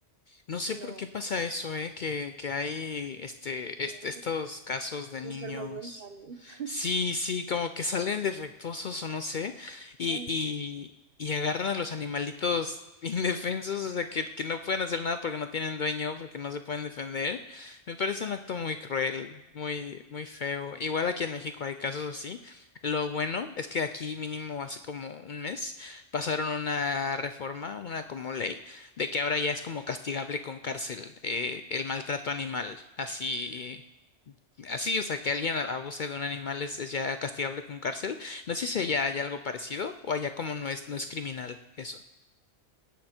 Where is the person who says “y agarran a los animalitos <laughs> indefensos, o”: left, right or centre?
Left